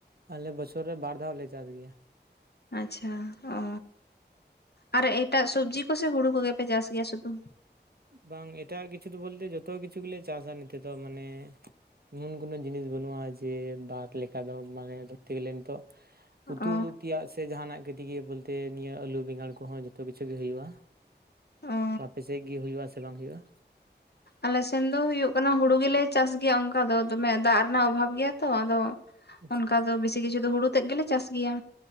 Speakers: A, on the right (about 60°); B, on the left (about 65°).
A: ᱟᱞᱮ ᱵᱚᱪᱷᱚᱨ ᱨᱮ ᱵᱟᱨ ᱫᱷᱟᱣ ᱞᱮ ᱪᱟᱥ ᱜᱮᱭᱟ
B: ᱟᱪᱷᱟ ᱚ, ᱟᱨ ᱮᱴᱟᱜ ᱥᱚᱵᱡᱤ ᱠᱚᱥᱮ ᱦᱩᱲᱩ ᱠᱚᱜᱮᱯᱮ ᱪᱟᱥ ᱜᱮᱭᱟ ᱥᱩᱫᱩ
A: ᱵᱟᱝ ᱮᱴᱟᱜ ᱠᱤᱪᱷᱩ ᱫᱚ ᱵᱚᱞᱛᱮ ᱡᱚᱛᱚ ᱠᱤᱪᱷᱩ ᱜᱮᱞᱮ ᱪᱟᱥᱟ ᱱᱤᱛᱮ ᱫᱚ ᱢᱟᱱᱮ ᱮᱢᱚᱱ ᱠᱳᱱᱳ ᱡᱤᱱᱤᱥ ᱵᱟᱹᱱᱩᱜᱼᱟ ᱡᱮ ᱵᱟᱫ ᱞᱮᱠᱟ ᱫᱚ ᱢᱟᱱᱮ ᱫᱷᱚᱨᱛᱮ ᱜᱮᱞᱮ ᱱᱤᱛᱚᱜ ᱩᱛᱩ
B: ᱚ
A: ᱛᱮᱭᱟᱜ ᱥᱮ ᱡᱟᱦᱟᱱᱟᱜ ᱜᱮ ᱫᱤᱭᱮ ᱵᱚᱞᱛᱮ ᱱᱤᱭᱟᱹ ᱟᱹᱞᱩ ᱵᱮᱸᱜᱟᱲ ᱠᱚᱦᱚᱸ ᱡᱚᱛᱚ ᱠᱤᱪᱷᱩ ᱜᱮ ᱦᱩᱭᱩᱜᱼᱟ
B: ᱚ
A: ᱛᱚ ᱟᱯᱮ ᱥᱮᱫ ᱜᱮ ᱦᱩᱭᱩᱜᱼᱟᱥᱮ ᱵᱟᱝ ᱦᱩᱭᱩᱜᱼᱟ
B: ᱟᱞᱮᱥᱱ ᱫᱚ ᱦᱩᱭᱩᱜᱭᱳᱜ ᱠᱟᱱᱟ ᱦᱩᱲᱩ ᱜᱮᱞᱮ ᱪᱟᱥ ᱜᱮᱭᱟ ᱚᱱᱠᱟ ᱫᱚ ᱫᱚᱢᱮ ᱫᱟᱜ ᱨᱮᱱᱟᱜ ᱚᱵᱷᱟᱵ ᱜᱮᱭᱟ ᱛᱚ ᱟᱫᱚ
A: ᱟᱪᱪᱷᱟ
B: ᱚᱱᱠᱟ
A: ᱟᱪᱪᱷᱟ
B: ᱫᱚ ᱵᱮᱥᱤ ᱠᱤᱪᱷᱩ ᱫᱚ ᱦᱩᱲᱩ ᱛᱮᱫ ᱜᱮᱞᱮ ᱪᱟᱥ ᱜᱮᱭᱟ